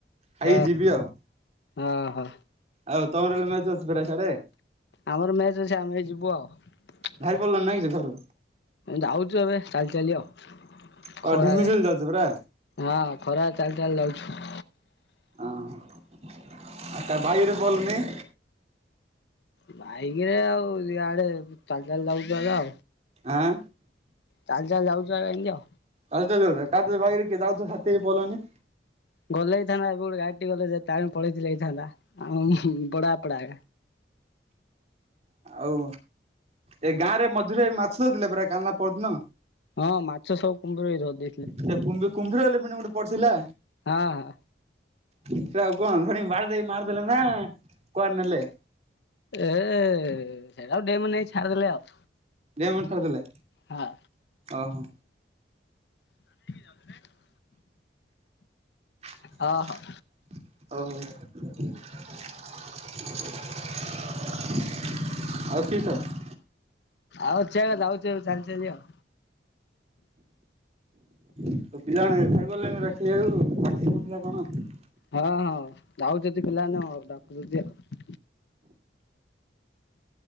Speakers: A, on the right; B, on the left.
A: ଖାଇକି
B: ହ
A: ଯିବି ଆଉ।
B: ଓହୋ।
A: ଆଉ ତମର <unintelligible> ମ୍ୟାଚ ଅଛି ପରା ସ୍ୟାଡେ।
B: ଆମର ମ୍ୟାଚ ଅଛି, ଆମେ ଯିବୁ ଆଉ।
A: ବାହାରି ପଡିଲଣି ନାଇଁ କି ଘରୁ?
B: ଯାଉଚୁ ଏବେ ଚାଲି ଚାଲି ଆଉ।
A: <unintelligible>
B: ଖରାରେ।
A: ଯାଉଚ ପୁରା।
B: ହଁ ଖରାରେ ଚାଲି ଚାଲି ଯାଉଛୁ।
A: ଅ ତା ବାଇକ୍ ରେ ପଲେନି
B: ବାଇକ୍ ରେ ଆଉ ଇଆଡେ ଚାଲି ଚାଲି <unintelligible>
A: ଆଁ
B: ଚାଲି ଚାଲି ଯାଉଛି <unintelligible>
A: ଚାଲି ଚାଲି ଯାଉଚ କାହାଥିରେ ବାଇକ୍ ରେ ଯାଉଥିବ ସାଥି ହେଇ ପଳେଇଲନି।
B: ଗଲେ ହେଇଥାନ୍ତା ଏବେ ଗୋଟେ ଗାଡି ଗଲେ ତା ପଳେଇ ଥିଲେ ହେଇଥାନ୍ତା ଆଉ ବଡା ପଡା।
A: ଆଉ ଏ ଗାଁ ରେ ମଝିରେ ମାଛ ଧରୁଥିଲେ ପରା କାଲି ନା ପହରଦିନ।
B: ହଁ ମାଛ ସବୁ କୁମ୍ଭୀର ଭାଇ ଧରି ଦେଇଥିଲେ
A: ସେ କୁ କୁମ୍ଭୀର ବଲେ ଗୋଟେ ପଡିଥିଲା।
B: ହଁ।
A: ସେଟାକୁ କଣ ଧରିକି ବାଡେଇ ମାରିଦେଲେ ନା କୁଆଡେ ନେଲେ।
B: ଏ ସେଟାକୁ ଡେମ୍ ରେ ନେଇ କି ଛାଡିଦେଲେ ଆଉ।
A: ଡେମ୍ ରେ ଛାଡିଦେଲେ
B: ହଁ
A: ଓହୋ।
B: <unintelligible>
A: ଓହ
B: ହଁ ହଉ
A: ହଉ ଆଉ କିସ୍?
B: ଆଉ ଚେ ଯାଉ ଚେ ଚାଲି ଚାଲି ଆଉ।
A: <unintelligible>
B: ହଁ ହଁ ଯାଉଛନ୍ତି ପିଲାମାନେ ଆଉ ଡାକୁଚନ୍ତି ଆଉ।